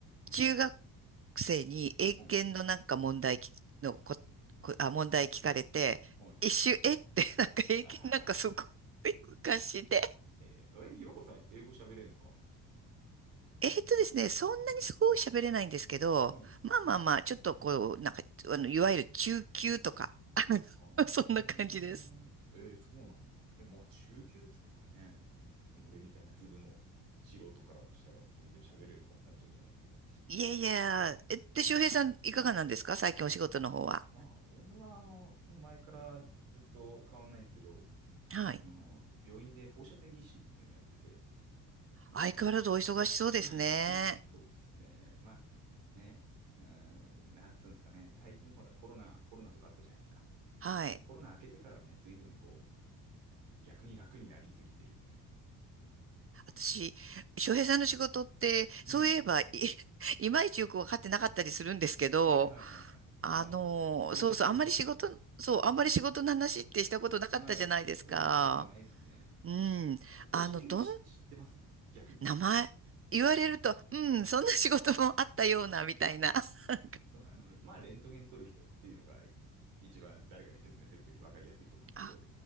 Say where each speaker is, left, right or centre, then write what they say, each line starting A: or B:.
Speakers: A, on the right (about 30°); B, on the right (about 85°).
A: 中学
B: え。
A: くせに、英検のなんか問題きのこ、
B: うん。
A: こ、あ、問題聞かれて、
B: はい。
A: 一瞬、えって、<laughs> なんか英検なんかすご
B: <laughs>
A: い昔で。
B: えー、え、ひろこさん、英語喋れるんですか
A: えーとですね、そんなにすごい喋れないんですけど、
B: うん。
A: まあまあまあ、ちょっとこう、なんか、あの、いわゆる中級とか、あの <laughs>
B: あーえー、
A: そんな感じです。
B: そうなんだ。え、まあ中級っつったらね、俺みたいなズブの素人からしたら全然喋れる方になっちゃうと思うんですけど。
A: いやいや、え、で、周平さん、いかがなんですか最近お仕事の方は。
B: まあ、俺はあの、もう前からずっと変わんないんですけど、
A: はい。
B: あの、病院で放射線技師っていうのやってて。
A: 相変わらずお忙しそうですね。
B: <laughs> そうっすね。まあ、ね、うーん、なんつうんですかね、最近ほらコロナ、コロナとかあったじゃないですか。
A: はい。
B: コロナ明けてからはね、随分こう、逆に楽になりすぎてる。
A: 私、翔平さんの仕事って、
B: うん。
A: そういえばい、<laughs> いまいちよく分かってなかったりするんですけど、
B: はいはいはいはい。
A: あの、
B: あ、放射線技師。
A: そうそう、あんまり仕事、そう、あんまり仕事の話ってしたことなかったじゃないですか。
B: まあ、そうしたことないですね。
A: うん。
B: 放射線技師って知ってます逆に。
A: あの、どん、名前、言われると、うん、
B: うん。
A: そんな仕事もあったような、みたいな。<laughs>
B: そう、あの、まあ、レントゲン撮る人っていうのが、一番誰かに説明するとき分かりやすいと思うんですけど、
A: あ、